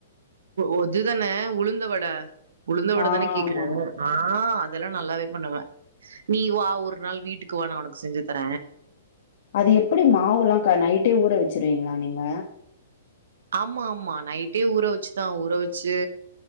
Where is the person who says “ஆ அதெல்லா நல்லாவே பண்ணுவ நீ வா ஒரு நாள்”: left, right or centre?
Right